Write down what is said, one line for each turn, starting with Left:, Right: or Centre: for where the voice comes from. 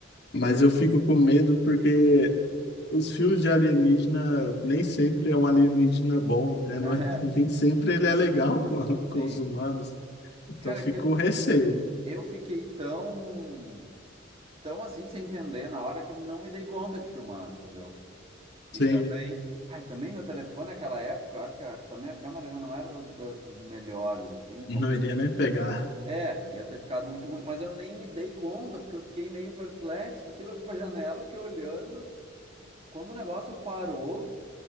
Left: mas eu fico com medo porque os filmes de alienígena nem sempre é um alienígena bom, né? Não
Right: <laughs>
Left: é- <laughs> nem sempre ele é legal com, a- com
Right: É, sim.
Left: os humanos, então
Right: Cara,
Left: eu fico
Right: que
Left: com receio.
Right: eu fiquei tão, tão assim sem entender na hora que eu não me dei conta de filmar, entendeu? E
Left: Sim,
Right: também, ai, também meu telefone naquela época, eu acho que a- também a câmera já não era das, das melhores, assim, talvez.
Left: não iria nem pegar.
Right: É, ia ter ficado muito ruim, mas eu nem me dei conta, porque eu fiquei meio perplexo com aquilo. Eu fui pra janela, fiquei olhando. Quando o negócio parou